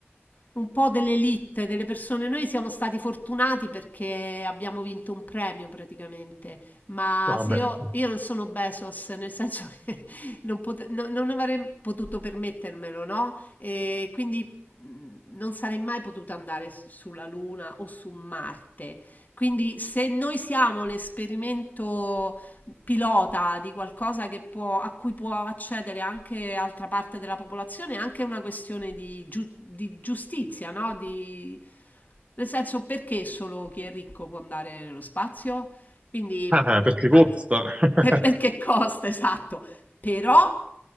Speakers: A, on the left; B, on the right.
A: un po' dell'elite, delle persone. Noi siamo stati fortunati perché abbiamo vinto un premio praticamente, ma
B: Vabbè,
A: se io,
B: <laughs>
A: io non sono Bezos, nel senso che <laughs> non, pote- no- non avrei potuto permettermelo, no? E quindi mh, non sarei mai potuta andare s- sulla Luna o su Marte. Quindi se noi siamo l'esperimento pilota di qualcosa che può, a cui può accedere anche altra parte della popolazione, è anche una questione di, giu- di giustizia, no? Di, nel senso, perché solo chi è ricco può andare nello spazio? Quindi,
B: Ah, perché costa.
A: ah,
B: <laughs>
A: e perché costa, esatto. Però,